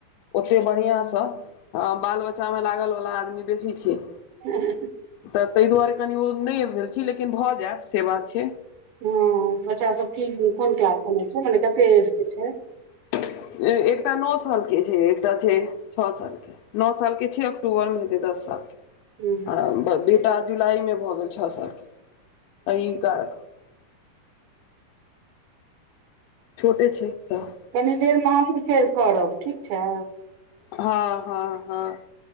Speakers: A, on the left; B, on the right.
A: ओते बढ़िआं सँ हँ बाल बच्चामे लागल वला आदमी बेसी छी।
B: उ हूँ क
A: तऽ तै दुआरे कनि ओ नै भेल छी लेकिन भऽ जैब से बात छै।
B: हँ बच्चा सब की कोन क्लास छै माने कते एज के छै?
A: एकटा नौ सालके छै एकटा छै छ सालके। नौ साल के छै अक्टूबर मे हेतै दस साल के
B: हूँ
A: आ- बेटा जुलाई मे भऽ गेल छ साल के अइ कारक। छोटे छै सब।
B: कनि देर मे हमही फेर करब ठीक छै?
A: हँ, हँ, हँ।